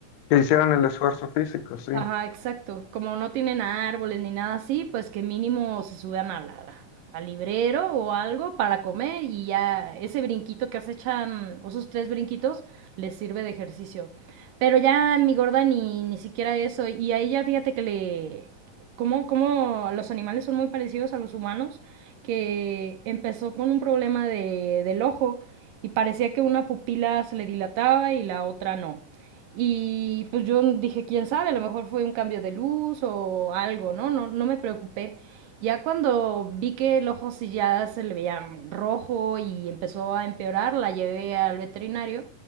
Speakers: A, on the left; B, on the right.
A: que hicieran el esfuerzo físico, sí.
B: Ajá, exacto. Como no tienen árboles ni nada así, pues que mínimo se suban a la- al librero o algo para comer y ya ese brinquito que se echan, o esos tres brinquitos, les sirve de ejercicio. Pero ya mi gorda ni, ni siquiera eso. Y a ella fíjate que le... Como, como los animales son muy parecidos a los humanos, que empezó con un problema de, del ojo y parecía que una pupila se le dilataba y la otra no. Y pues yo dije, quién sabe, a lo mejor fue un cambio de luz o algo, ¿no? No, no me preocupé. Ya cuando vi que el ojo sí ya se le veía rojo y empezó a empeorar, la llevé al veterinario